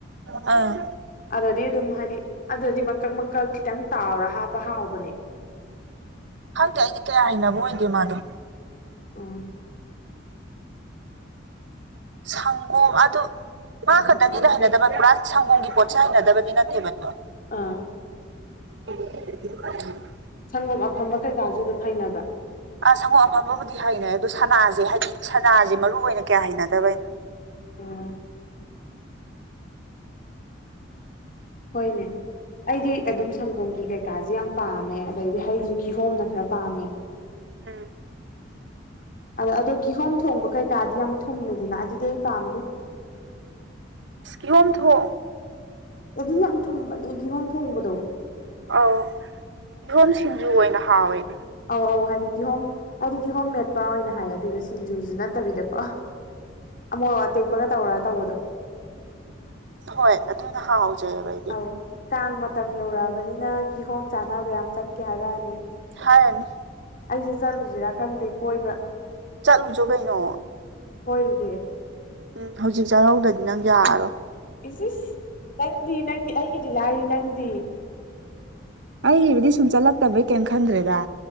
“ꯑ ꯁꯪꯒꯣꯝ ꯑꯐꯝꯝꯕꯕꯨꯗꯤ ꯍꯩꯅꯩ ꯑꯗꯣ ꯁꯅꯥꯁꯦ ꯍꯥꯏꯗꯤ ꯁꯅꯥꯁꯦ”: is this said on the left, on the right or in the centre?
Right